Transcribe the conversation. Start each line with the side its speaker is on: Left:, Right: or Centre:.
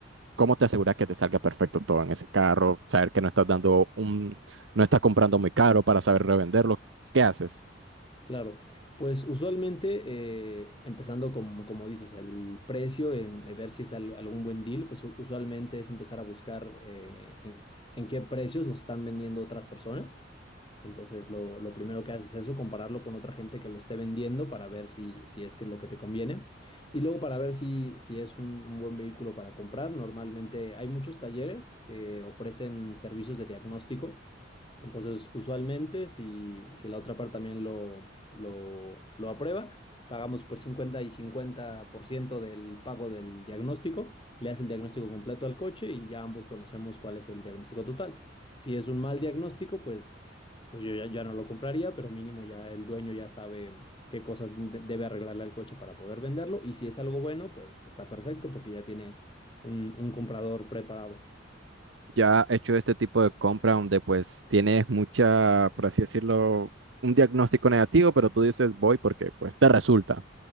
Right: ¿Cómo te aseguras que te salga perfecto todo en ese carro? Saber que no estás dando un, no estás comprando muy caro para saber revenderlo. ¿Qué haces?
Left: Claro, pues usualmente, eh, empezando con, como dices, el precio, en, en ver si es al- algún buen deal, pues u- usualmente es empezar a buscar eh, en, en qué precios los están vendiendo otras personas. Entonces, lo, lo primero que haces es eso, compararlo con otra gente que lo esté vendiendo para ver si, si es que es lo que te conviene. Y luego para ver si, si es un, un buen vehículo para comprar. Normalmente hay muchos talleres que ofrecen servicios de diagnóstico. Entonces, usualmente, si, si la otra parte también lo, lo, lo aprueba, pagamos pues 50 y 50% del pago del diagnóstico, le hace el diagnóstico completo al coche y ya ambos conocemos cuál es el diagnóstico total. Si es un mal diagnóstico, pues, pues yo ya, ya no lo compraría, pero mínimo ya el dueño ya sabe qué cosas de- debe arreglarle al coche para poder venderlo y si es algo bueno, pues está perfecto porque ya tiene un un comprador preparado.
Right: Ya he hecho este tipo de compra donde pues tienes mucha, por así decirlo, un diagnóstico negativo, pero tú dices voy porque pues Te resulta.